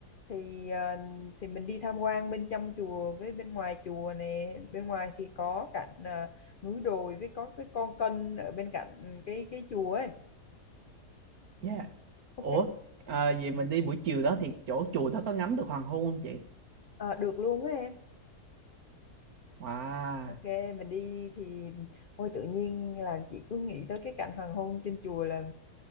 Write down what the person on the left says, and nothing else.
thì ờ, thì mình đi tham quan bên trong chùa với bên ngoài chùa nè bên ngoài thì có cạnh ờ, núi đồi với có cái con kênh ở bên cạnh cái cái chùa ấy
ok
Ờ, được luôn á em
Ok, mình đi thì ôi tự nhiên là chị cứ nghĩ tới cái cảnh hoàng hôn trên chùa là